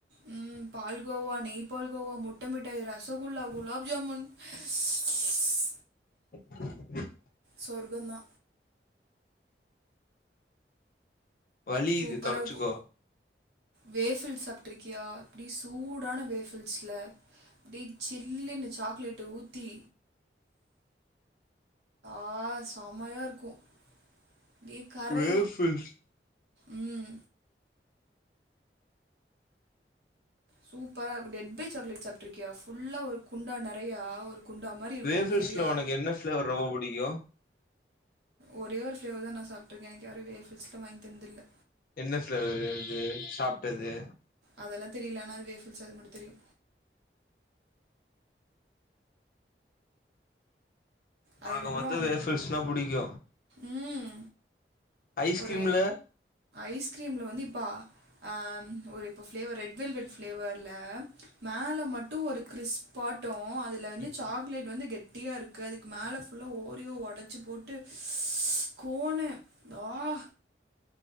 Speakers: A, on the right (about 75°); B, on the left (about 50°).
A: உம் பால்கோவா நெய் பால்கோவா முட்ட மிட்டாய் ரசகுல்லா குலோப் ஜாமுன் ஸ்ஸ்
B: <unintelligible>
A: சொர்க்கோதா
B: வலியுது
A: சூப்பரா
B: தொடச்சுக்கோ
A: இருக்கு வேஃபில்ஸ் சாப்ட்டுருக்கியா அப்படி சூடான வேஃபில்ஸ்ல அப்டியே சில்லுன்னு சாக்லேட்டு ஊத்தி ஆ செமையா இருக்கு அப்டியே கரையு
B: வேஃபில்ஸ்
A: உம் சூப்பரா இருக்கு டெட் பை சாக்லேட் சாப்பிட்டு இருக்கியா ஃபுல்லா ஒரு குண்டா நெறையா ஒரு குண்டா மாரி இருக்கும்
B: வேஃபிக்ஸ்ல
A: சரியா
B: உனக்கு என்ன பஃபிளேவர் ரொம்ப பிடிக்கு
A: ஒரே ஒரு ஃபிளேவர்தா நா சாப்ட்ருக்க எனக்கு யாரு வேபிக்ஸ்ல வாங்கி தந்ததில்ல
B: என்ன ஃபிளேவரு அது சாப்ட்டது
A: அதெல்லா தெரியல ஆனா அது வேஃபல்ஸ் அது மட்டு தெரியு அதுக்கப்புறம்
B: அக மொத்தம் வேஃபல்ஸ்ன்னா புடிக்கு
A: ம்
B: ஐஸ்கிரீம்ல
A: ஒரு ஐஸ்கிரீம்ல வந்து இப்பா அ ஒரு இப்ப பிளேவர் ரெட் வெல்வேட் ஃபிளேவர்ல மேல மட்டும் ஒரு கிறிஸ்ப் பாட்டோ அது இதுல வந்து
B: ம்
A: சாக்லேட் வந்து கெட்டியா இருக்கு அதுக்கு மேல ஃபுல்லா ஓரியோவ ஒடச்சு போட் டு கோனு ஆ